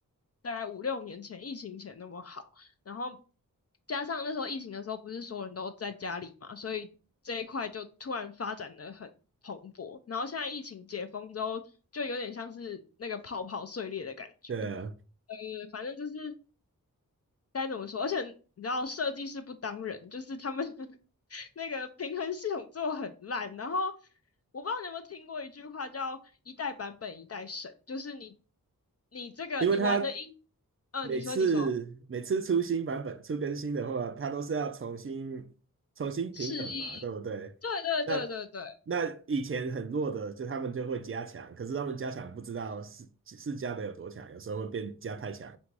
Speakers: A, on the left (about 45°); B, on the right (about 40°).
A: 大概五六年前疫情前那么好，然后加上那时候疫情的时候不是所有人都在家里嘛，所以这一块就突然发展的很。蓬勃，然后现在疫情解封之后，就有点像是那个泡泡碎裂的感觉。
B: 对啊，
A: 呃，反正就是该怎么说，而且你知道设计师不当人，就是他们 <laughs> 那个平衡系统做得很烂。然后我不知道你有没有听过一句话叫“一代版本一代神”，就是你你这个你玩的英，
B: 因为他
A: 嗯、
B: 每次每次出新版本、
A: 呃你说你说
B: 出更新的话，他都是要重新重新平衡嘛，
A: 示意，
B: 对不对？
A: 对对对对对，
B: 那那以前很弱的，就他们就会加强，可是他们加强不知道是是加的有多强，有时候会变加太强。